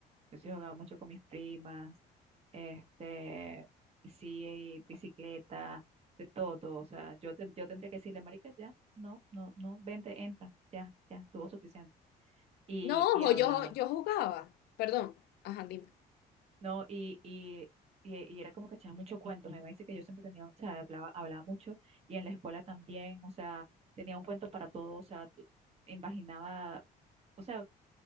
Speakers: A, on the right; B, on the left.
A: Yo sí jugaba mucho con mis primas, este, sí, bicicleta, de todo, todo. O sea, yo, ten- yo tendría que decirle, marica, ya, no, no, no, vente, entra, ya, ya, tuvo suficiente. Y,
B: No,
A: y
B: ojo,
A: hablaba.
B: yo, yo jugaba. Perdón. Ajá, dime.
A: No, y, y, y, y era como que echaba mucho cuento. Me dice que yo siempre tenía, o sea, hablaba, hablaba mucho y en la escuela también, o sea, tenía un cuento para todo, o sea, tu- imaginaba, o sea,